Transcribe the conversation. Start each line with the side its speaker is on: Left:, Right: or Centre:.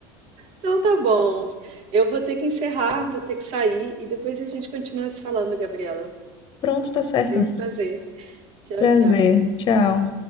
Right: Então tá bom. Eu vou ter que encerrar, vou ter que sair e depois a gente continua se falando, Gabriela.
Left: Pronto, tá certo.
Right: Foi um prazer. Tchau,
Left: Prazer.
Right: tchau.
Left: Tchau.